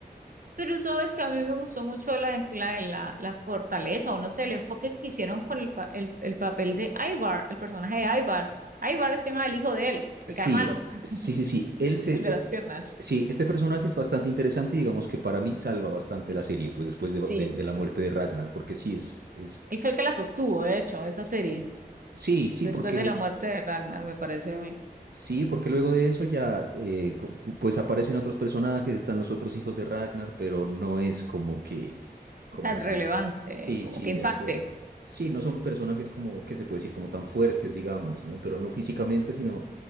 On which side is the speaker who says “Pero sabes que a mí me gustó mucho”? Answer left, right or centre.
Right